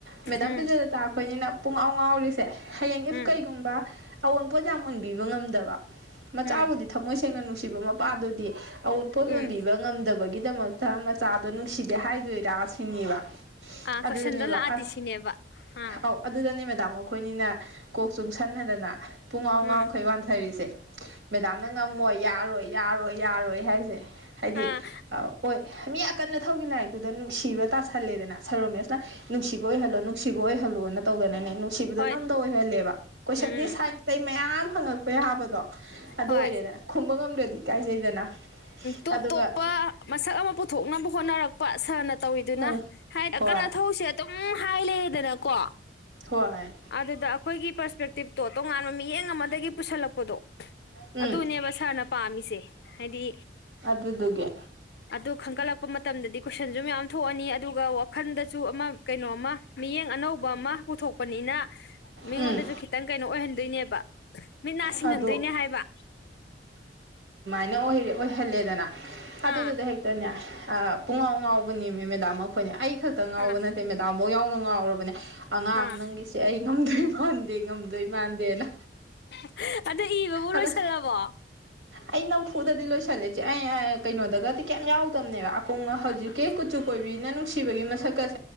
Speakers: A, on the right; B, on the left.
A: ꯃꯦꯗꯥꯝ
B: ꯎꯝ
A: ꯕꯤꯖꯂꯇꯥ ꯑꯩꯈꯣꯏꯅꯤꯅ ꯄꯨꯡꯉꯥꯎ ꯉꯥꯎꯔꯤꯁꯤ ꯁꯦ ꯍꯌꯦꯡ ꯏꯐ
B: ꯎꯝ
A: ꯀꯩꯒꯨꯝꯕ ꯑꯋꯣꯟ ꯄꯣꯠ ꯌꯥꯝ ꯎꯟꯕꯤꯕ ꯉꯝꯗꯕ ꯕ ꯃꯆꯥꯕꯨꯗꯤ
B: ꯎꯝ
A: ꯊꯃꯣꯏ ꯁꯦꯡꯅ ꯅꯨꯡ ꯁꯤꯕ ꯃꯄꯥꯗꯨꯗꯤ ꯑꯎꯟꯄꯣꯠ
B: ꯎꯝ
A: ꯎꯟꯕꯤꯕ ꯉꯝꯗꯕꯒꯤꯗꯃꯛꯇ ꯃꯆꯥꯗꯣ ꯅꯨꯡꯁꯤꯗꯦ ꯍꯥꯏꯗꯣꯏꯔꯥ ꯁꯤꯅꯦꯕ
B: ꯑꯥ
A: ꯑꯗꯨꯗꯅꯦꯕ
B: ꯀꯣꯏꯁꯟꯗꯣ ꯂꯥꯛꯑꯗꯤ
A: ꯑꯁ
B: ꯁꯤꯅꯦꯕ ꯑꯥ
A: ꯑꯧ ꯑꯗꯨꯗꯅꯦꯕ ꯇꯥꯃꯣ ꯈꯣꯏꯅꯤꯅ ꯀꯣꯛ ꯆꯨꯡꯁꯟ ꯅꯗꯅ ꯄꯨꯡꯉꯥꯎꯉꯥꯎꯈꯩ
B: ꯎꯝ
A: ꯋꯥꯟꯊꯔꯤꯁꯦ ꯃꯦꯗꯥꯝꯅ ꯉꯝꯃꯣꯏ ꯌꯥꯔꯣꯏ ꯌꯥꯔꯣꯏ ꯌꯥꯔꯣꯏ ꯍꯥꯏꯁꯦ ꯍꯥꯏꯗꯤ
B: ꯑꯥ
A: ꯑꯣꯏ ꯃꯤ ꯑꯀꯟ ꯑꯊꯧꯒꯤ ꯂꯥꯏꯔꯤꯛꯇꯨꯗ ꯅꯨꯡꯁꯤꯕ ꯇꯥꯁꯜꯂꯦꯗꯅ ꯁꯔ ꯔꯣꯃꯦꯁꯅ ꯅꯨꯡꯁꯤꯕ ꯑꯣꯏꯍꯜꯂꯣ ꯅꯨꯡꯁꯤꯕ ꯑꯣꯏꯍꯜꯂꯣꯅ ꯇꯧꯗꯅꯅꯦ ꯁꯤꯕꯨꯗꯣ
B: ꯍꯣꯏ
A: ꯅꯝꯗ ꯑꯣꯏꯍꯜꯂꯦꯕ ꯀꯣꯏꯁꯟꯗꯤ
B: ꯎꯝ
A: ꯁꯥꯏꯟ ꯇꯩ ꯃꯌꯥꯝ ꯍꯪꯉꯛꯄꯩ ꯍꯥꯏꯕꯗꯣ ꯑꯗꯨ
B: ꯍꯣꯏ
A: ꯑꯣꯏꯔꯦꯗꯅ ꯈꯨꯝꯕ ꯉꯝ ꯇꯗꯤ ꯏꯀꯥꯏꯖꯩꯗꯅ
B: ꯇꯣꯞ
A: ꯑꯗꯨꯒ
B: ꯇꯣꯞꯄ ꯃꯁꯛ ꯑꯃ ꯄꯨꯊꯣꯛꯅꯕ ꯍꯣꯠꯅꯔꯛꯄ ꯁꯅ ꯇꯧꯋꯤꯗꯨꯅ
A: ꯎꯝ
B: ꯍꯥꯏ
A: ꯍꯣꯏ
B: ꯑꯀꯟ ꯑꯊꯧꯁꯦ ꯑꯗꯨꯝ ꯎꯝ ꯍꯥꯏ ꯂꯩꯑꯦꯗꯅ ꯀꯣ
A: ꯍꯣꯏ
B: ꯑꯗꯨꯗ ꯑꯈꯣꯏꯒꯤ ꯄꯔꯁ ꯄꯦꯛꯇꯤꯞꯇꯣ ꯇꯣꯉꯥꯟꯕ ꯃꯤꯠꯌꯦꯡ ꯑꯃꯗꯒꯤ ꯄꯨꯁꯤꯜꯂꯛꯄꯗꯣ
A: ꯎꯝ
B: ꯑꯗꯨꯅꯦꯕ ꯁꯥꯔꯅꯞ ꯄꯥꯝꯃꯤꯁꯦ ꯍꯥꯏꯗꯤ
A: ꯑꯗꯨꯗꯨꯒꯤ
B: ꯑꯗꯨ ꯈꯪꯀꯠꯂꯛꯄ ꯃꯇꯝꯗꯗꯤ ꯀꯣꯏꯁꯟꯖꯨ ꯃꯌꯥꯝ ꯊꯣꯛꯑꯅꯤ ꯑꯗꯨꯒ ꯋꯥꯈꯟꯗꯁꯨ ꯑꯃ ꯀꯩꯅꯣ ꯑꯃ ꯃꯤꯠꯌꯦꯡ ꯑꯅꯧꯕ ꯑꯃ ꯄꯨꯊꯣꯛ ꯄꯅꯤꯅ ꯃꯤꯉꯣꯟꯗꯖꯨ
A: ꯎꯝ
B: ꯈꯤꯇꯪ ꯀꯩꯅꯣ ꯑꯣꯏꯍꯟꯗꯣꯏꯅꯦꯕ ꯃꯤꯠ ꯅꯥ ꯁꯤꯡꯍꯟꯗꯣꯏꯅꯦ
A: ꯑꯗꯣ
B: ꯍꯥꯏꯕ
A: ꯅ ꯑꯣꯏꯔ ꯑꯣꯏꯍꯜꯂꯦꯗꯅ ꯑꯗꯨꯗꯨꯗ
B: ꯑꯥ
A: ꯍꯦꯛꯇꯅꯦ ꯄꯨꯡꯉꯥꯎ ꯉꯥꯎꯕꯅꯦꯃꯤ ꯃꯦꯗꯥꯝ ꯑꯈꯣꯏꯅꯤ ꯑꯩ ꯈꯛꯇ ꯉꯥꯎꯕ
B: ꯑꯥ
A: ꯅꯠꯇꯦ ꯃꯦꯗꯥꯝꯕꯧ ꯌꯥꯎꯅ ꯉꯥꯎꯔꯕꯅꯦ ꯑꯉꯥꯡ
B: ꯑꯥ
A: ꯅꯪꯒꯤꯁꯦ ꯑꯩ ꯉꯝꯗꯣꯏ ꯃꯥꯟꯗꯦ ꯉꯝꯗꯣꯏ ꯃꯥꯟꯗꯦꯅ
B: ꯍ ꯑꯗ ꯏꯕꯕꯨ
A: ꯑꯗ
B: ꯂꯣꯏꯁꯤꯜꯂꯕꯣ
A: ꯑꯩ ꯅ ꯐꯨꯗꯗꯤ ꯂꯣꯏ ꯀꯣꯏꯁꯜꯂꯦꯁꯦ ꯑꯩ ꯀꯩꯅꯣꯗꯒꯗꯤ ꯀꯩꯝ ꯌꯥꯎꯗꯕꯅꯦꯕ ꯀꯨꯡꯉꯣ ꯍꯧꯖꯤꯛꯀꯤ
B: ꯑꯥ
A: ꯀꯨꯆꯨ ꯀꯣꯏꯕꯤꯅ ꯁꯤꯕꯒꯤ ꯃꯁꯛ